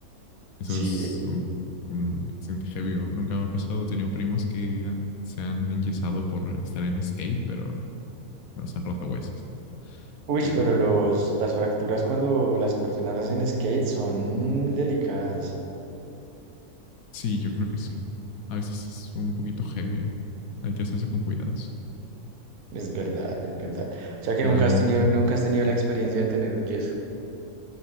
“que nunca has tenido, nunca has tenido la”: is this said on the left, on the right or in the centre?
Right